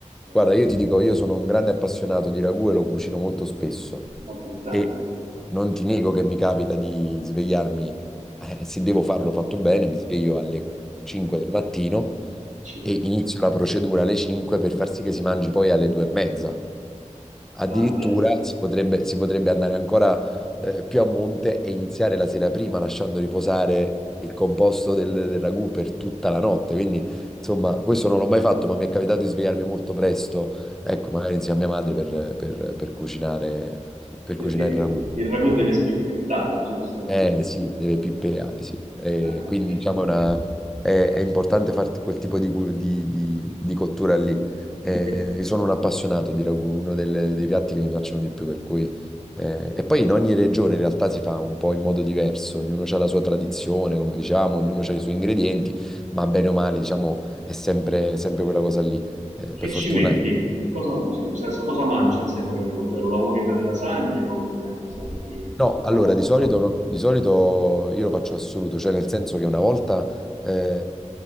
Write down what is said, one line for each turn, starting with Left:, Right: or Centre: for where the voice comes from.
Right: eh,
Centre: Guarda, io
Right: insomma,
Centre: ti dico, io sono un grande appassionato di ragù e lo cucino molto spesso.
Right: altrettanto.
Centre: E non ti nego che mi capita di svegliarmi, eh, se devo farlo fatto bene, mi sveglio alle 5 del mattino
Right: accidenti.
Centre: e inizio la procedura alle 5 per far sì che si mangi poi alle 2 e mezza. Addirittura
Right: Ah, de-
Centre: si potrebbe, si potrebbe andare ancora eh, più a monte e iniziare la sera prima lasciando riposare il composto del, del ragù per tutta la notte. Quindi, insomma, questo non l'ho mai fatto, ma mi è capitato di svegliarmi molto presto, ecco, magari insieme a mia madre per, per- per cucinare, per
Right: Perché
Centre: cucinare il ragù.
Right: il ragù deve spippettare, giusto?
Centre: Eh sì, deve pippereare, sì. Eh,
Right: Ah, ok.
Centre: quindi diciamo
Right: <laughs>
Centre: una- è, è importante fare quel tipo di, cu- di- di- di cottura lì. Eh,
Right: E
Centre: io sono un appassionato di ragù, uno delle- dei piatti che mi piacciono di più, per cui... eh, e poi in ogni regione in realtà si fa un po' in modo diverso, ognuno ha la sua tradizione, come diciamo, ognuno ha i suoi ingredienti, ma bene o male, diciamo, è sempre, sempre quella cosa lì. Eh,
Right: che
Centre: per fortuna
Right: ci metti? Cosa usi? Nel senso, cosa mangi insieme al ragù? Cioè, lo lavori per le lasagne o lo metti anche insomma, semplicemente
Centre: No,
Right: su
Centre: allora
Right: pasta?
Centre: di solito, no- di solito io lo faccio assoluto, cioè nel senso che una volta eh,